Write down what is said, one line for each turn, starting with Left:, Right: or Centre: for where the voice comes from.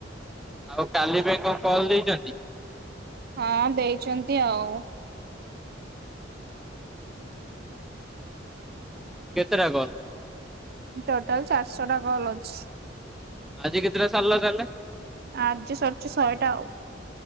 Centre: ଆଉ କାଲି ପାଇଁ କଣ କଲ୍ ଦେଇଛନ୍ତି?
Right: ହଁ ଦେଇଛନ୍ତି ଆଉ।
Centre: କେତେଟା କଲ୍?
Right: ଟୋଟାଲ୍ ଚାର୍ଶହ ଟା କଲ୍ ଅଛି।
Centre: ଆଜିି କେତେଟା ସାରିଲ ତାହେଲେ?
Right: ଆଜି ସରିଛ ଶହେଟା ଆଉ।